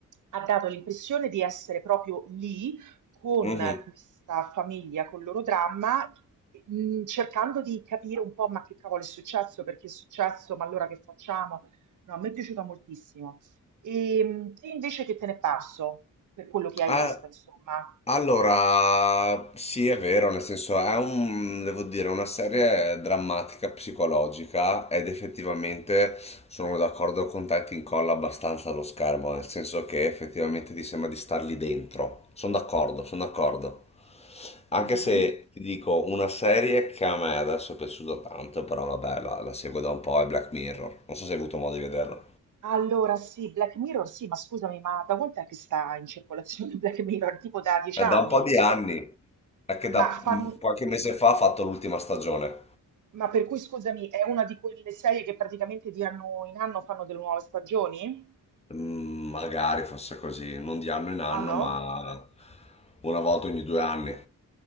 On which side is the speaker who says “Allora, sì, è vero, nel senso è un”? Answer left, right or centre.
Left